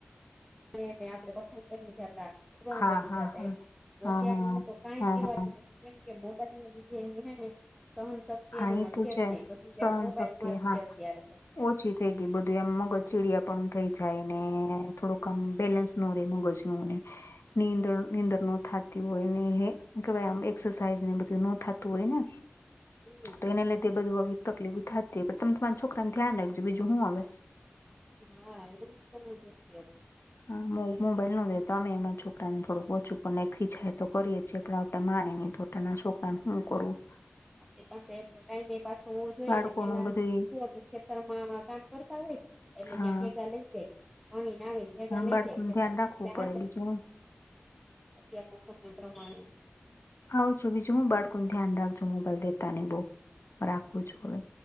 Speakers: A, in the centre; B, on the left (about 80°).
A: આપે વખાણ બની જતા, સ્ટ્રોંગ
B: હા
A: બની
B: હા
A: જતા
B: હા
A: એમ, ને
B: હા
A: અત્યારે
B: હા હા હા
A: એને તો કાઈ
B: હા
A: કેવા
B: હા
A: કે કેમ કે મોબાઈલ ના લીધે એની હેને સહનશક્ તી
B: હા
A: એનામાં
B: એ તો
A: છે જ નહી પછી ત્યાં
B: સહનશક્તિ
A: મોબાઈલમાં જ
B: હા
A: છે અત્યારે
B: ઓછી થઇ ગય બધું એમ મગજ ચીડિયાપણુ થઇ જાય ને થોડુંક આમ બેલેન્સ ન રે મગજનું ને ની નીંદણ ન થતી હોય ને હે કેવાય આમ એક્સરસાાઈઝ ને બધું નો થતું હોય ને?
A: હમ્મ.
B: તો એને લીધે બધું આવી તકલીફ ઉ થાતી પણ તમે તમારા છોકરા ને ધ્યાન રાખજો બીજું હું અવે?
A: એ હા એવુ જ કરવું પડશે
B: હા મો મોબાઈલ ન દેતા અમે એમાંરા છોકરાને થોડુંક ઓછું કર નાઈખી છે તો કરીએ છીએ પણ આપણે માને ની તો નાના છોકરાને હું કરું? <unintelligible>
A: આપડી પાસે એટલે ટાઈમ એ પાછો હોવો જોઈએ
B: બાળકોનું
A: ને પેલા
B: બધું
A: કેવા કે ખેતર માં કામ કરતા હોય એટલે
B: હા
A: ત્યાં ભેગા લઇ જાય. પાણીને આવે ને ભેગા લઈ
B: બાળકોનું
A: જાય ખેતર
B: ધ્યાન રાખવું
A: એટલે
B: પડે
A: હાલે.
B: બીજું
A: અત્યારના સમય પ્રમાણે.
B: હવ છું બીજું હું બળકોણ ધ્યાન રાખજો મોબાઈલ દેતા નઈ બો. રાખવું છું હવે.